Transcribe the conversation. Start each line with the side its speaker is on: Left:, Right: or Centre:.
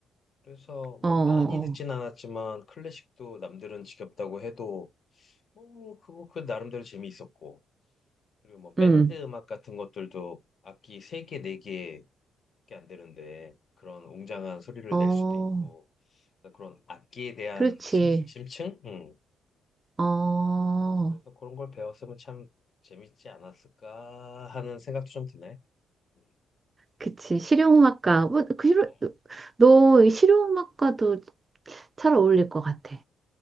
Left: 그래서
Right: 어,
Left: 뭐
Right: 어,
Left: 많이
Right: 어,
Left: 듣진 않았지만 클래식도 남들은 지겹다고 해도 뭐 그거 그 나름대로 재미있었고 그리고 뭐 밴드
Right: 음,
Left: 음악 같은 것들도 악기 세 개 네개밖에안 되는데 그런 웅장한 소리를
Right: 어,
Left: 낼 수도 있고 그러니까 그런 악기에 대한
Right: 그렇지.
Left: 심, 심층? 음.
Right: 어,
Left: 그래서 그런 걸 배웠으면 참 재밌지 않았을까 하는 생각도 좀 드네. 음.
Right: 그치. 실용음악과. 뭐, 그, 실용-
Left: 어.
Right: 너이 실용음악과도 잘 어울릴 것 같아.